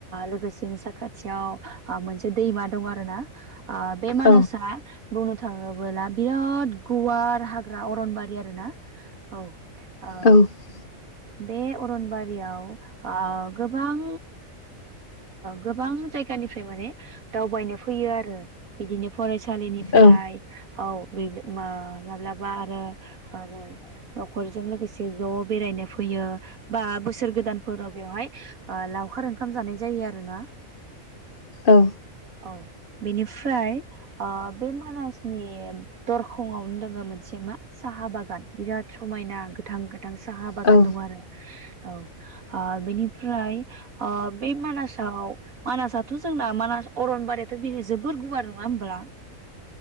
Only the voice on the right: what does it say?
लोगोसेनो साखाथियाव मोनसे दैमा दं आरो ना। आ बे मानसा
बुंनो थाङोबला बिराद गुवार हाग्रा अरनबारि आरो ना औ औ
बे अरनबारियाव गोबां गोबां जायगानिफ्राय माने दावबायनो फैयो आरो बिदिनो फरायसा सालिनिफ्राय
औ बे मा माब्लाबा आरो नखरजों लोगोसे जब बेरायनो फैयो बा बोसोर गोदानफोराव बेवहाय- लावखार ओंखाम जानाय जायो आरो ना।
औ बेनिफ्राय बे मानासनि दरखंआवनो दङो मोनसे मा- साहा बागान बिराद समायना। गोथां गोथां साहा बागान
दङ आरो औ ह बेनिफ्रायाइ- अ बे मानासाव मानासआथ' जोंना मानास अरनबारियाथ' बे जोबोर गुवार नङा होमब्ला